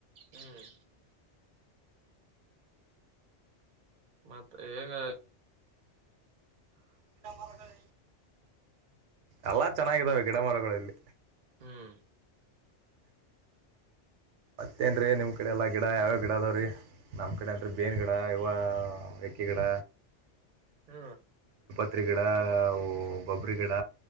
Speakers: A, on the right (about 45°); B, on the right (about 85°).
A: ಹ್ಮ್ ಮತ್ತೆ ಹೆಗ
B: ಗಿಡ ಮರಗಳು ಎಲ್ಲಾ ಚೆನ್ನಾಗಿದ್ದಾವೆ ಗಿಡ ಮರಗಳಲ್ಲಿ
A: ಹ್ಮ್
B: ಮತ್ತೇನ್ರೀ ನಿಮ್ ಕಡೆ ಎಲ್ಲಾ ಗಿಡ ಯಾವ್ಯಾವ ಗಿಡ ಅದಾವ್ರೀ ನಮ್ ಕಡೆ ಅನ್ರಿ ಬೇನ್ ಗಿಡ ಯವ ಯಕ್ಕಿ ಗಿಡ
A: ಹ್ಮ
B: ಬಿಲ್ಪತ್ರಿ ಗಿಡ ಗೊಬ್ಬರಿ ಗಿಡ